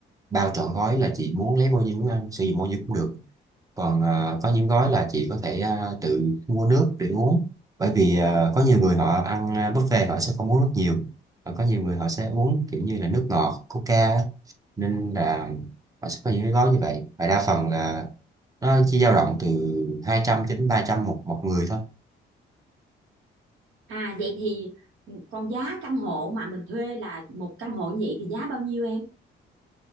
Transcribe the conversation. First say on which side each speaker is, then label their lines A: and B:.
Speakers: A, on the right; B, on the right.
A: bao trọn gói là chị muốn lấy bao nhiêu muốn ăn sử dụng bao nhiêu cũng được còn à, có những gói là chị có thể à, tự mua nước để uống bởi vì à, có nhiều người họ ăn à, buffet họ sẽ không uống nước nhiều và có nhiều người họ sẽ uống kiểu như là nước ngọt coca á. nên là họ sẽ có những cái gói như vậy và đa phần là nó chỉ dao động từ 200 cho đến 300 một một người thôi
B: À vậy thì còn giá căn hộ mà mình thuê là một căn hộ như vậy thì giá bao nhiêu em?